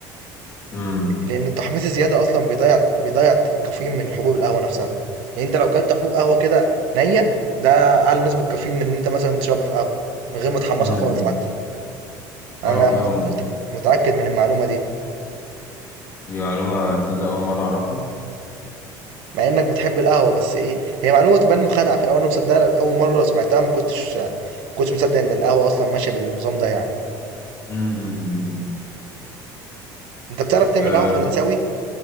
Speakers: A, on the left; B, on the right.
A: مم.
B: لإن التحميص الزيادة أصلًا بيضيّع بيضيّع الكافيين من حبوب القهوة نفسها. يعني أنت لو كلت حبوب قهوة كده نيّة، ده أعلى نسبة كافيين من إن أنت مثلًا تشربه في قهوة، من غير ما تحمّصها
A: مم.
B: خالص حتى. أنا
A: اه فاهم
B: مت
A: قصدك
B: مت متأكد من المعلومة دي،
A: دي معلومة تصدق أول مرة أعرفها
B: مع إنك بتحب القهوة، بس إيه، هي معلومة تبان مخادعة في الأول أنا مصدقها أول مرة سمعتها ما كنتش ما كنتش مصدق إن القهوة أصلًا ماشية بالنظام ده يعني.
A: امم
B: انت بتعرف تعمل
A: أه
B: قهوة فرنساوي